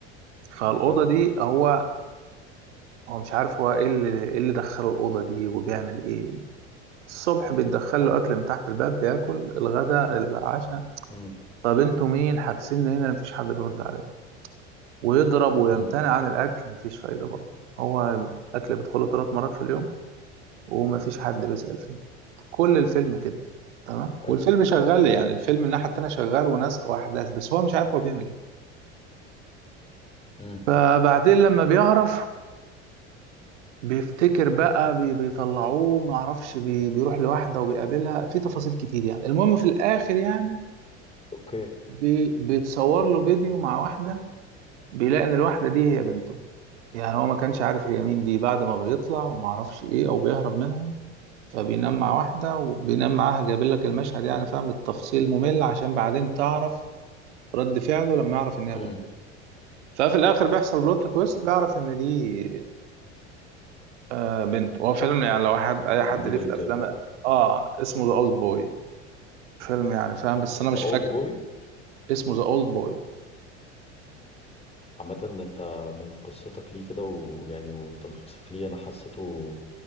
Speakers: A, on the right (about 80°); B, on the left (about 15°).
A: فالاوضه
B: حلو
A: دي هو هو مش عارف هو ايه اللي ايه اللي دخله الاوضه دي وبيعمل ايه الصبح بيتدخل له اكل من تحت الباب بياكل الغداء العشاء
B: امم
A: طب انتوا مين حابسيني هنا مفيش حد بيرد عليه ويضرب ويمتنع
B: امم
A: عن الاكل مفيش فايده برضه هو الاكل بيدخله ثلاث مرات في اليوم ومفيش حد بيسأل فيه كل الفيلم كده تمام
B: حلو
A: والفيلم شغال يعني الفيلم من الناحية التانية شغال وناس وأحداث بس هو مش عارف هو بيعمل إيه
B: امم
A: فبعدين لما بيعرف بيفتكر بقى بي بيطلعوه معرفش بي بيروح لواحدة وبيقابلها في تفاصيل كتير يعني المهم في الآخر يعني
B: اوكي
A: بي بيتصور له فيديو مع واحدة بيلاقي إن الواحدة دي هي بنته يعني هو ما كانش عارف هي مين دي بعد ما بيطلع ومعرفش إيه أو بيهرب منهم فبينام مع واحدة وبينام معاها جايبين لك المشهد يعني فاهم بالتفصيل ممل عشان بعدين تعرف رد فعله لما يعرف إن هي
B: امم
A: بنت ففي الآخر بيحصل بلوت تويست
B: اوف
A: بيعرف إن دي آه بنت هو فيلم يعني لو حد أي حد
B: دي
A: ليه
B: بنت
A: في الأفلام آه اسمه ذا أولد بوي فيلم يعني فاهم بس
B: ذا
A: أنا مش
B: اولد
A: فاكر
B: بوي
A: اسمه ذا أولد بوي
B: عامة انت من قصتك ليه كده ويعني وتلخيصك ليه انا حسيته